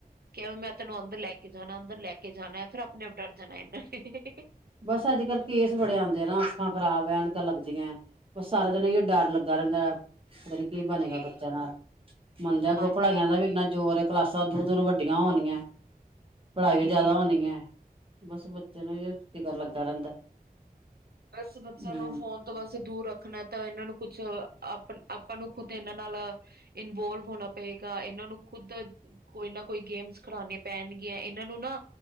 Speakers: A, on the right (about 85°); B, on the right (about 35°).
A: ਕਿ ਮੈਂ ਤੈਨੂੰ ਅੰਦਰ ਲੈ ਕੇ ਜਾਣਾ ਅੰਦਰ ਲੈ ਕੇ ਜਾਣਾ ਫਿਰ ਆਪਣੇ ਆਪ ਡਰ ਜਾਣਾ ਇਹਨਾਂ ਨੇ।
B: ਬਸ ਅੱਜ ਕੱਲ ਕੇਸ ਬੜੇ ਆਉਂਦੇ ਨਾ ਅੱਖਾਂ ਖਰਾਬ ਆ ਐਨਕ ਲੱਗਦੀਆਂ। ਬ ਸਾਰਾ ਦਿਨ ਹੀ ਡਰ ਲੱਗਾ ਰਹਿੰਦਾ ਹੈ। ਪਤਾ ਨੀ ਕੀ ਬਣੇਗਾ
A: ਜੀ
B: ਬੱਚਿਆਂ ਨਾਲ ਮੰਨਦੇ ਅੱਗੋਂ
A: ਹਾਂਜੀ-ਹਾਂਜੀ,
B: ਪੜ੍ਹਾਈਆਂ ਦਾ ਵੀ ਇੰਨਾ ਜ਼ੋਰ ਹੈ ਕਲਾਸਾਂ ਸ ਦੂ ਦੋਨ ਵੱਡੀਆਂ ਹੋਣੀਆਂ। ਪੜ੍ਹਾਈ
A: ਜੀ-ਜੀ-ਜੀ।
B: ਵੀ ਜਿਆਦਾ ਹੋਣੀ ਹੈ ਬਸ ਬੱਚੇ ਨੂੰ ਹੀ ਟਿਗਰ ਲੱਗਾ ਰਹਿੰਦਾ।
A: ਬਸ ਬੱਚਿਆਂ
B: ਹੂੰ।
A: ਨੂੰ ਫੋਨ ਤੋਂ ਬਸੇ ਦੂਰ ਰੱਖਣਾ ਤਾਂ ਇਹਨਾਂ ਨੂੰ ਕੁਛ ਆਪ ਆਪਾਂ ਨੂੰ ਖੁੱਦ ਇਹਨਾਂ ਨਾਲ ਇਨਵੋਲਵ ਹੋਣਾ ਪਏਗਾ ਇਹਨਾਂ ਨੂੰ ਖੁੱਦ ਕੋਈ ਨਾ ਕੋਈ ਗੇਮਸ ਖਿਡਉਣੀਆਂ ਪੈਣਗੀਆਂ ਇਹਨਾਂ ਨੂੰ ਨਾ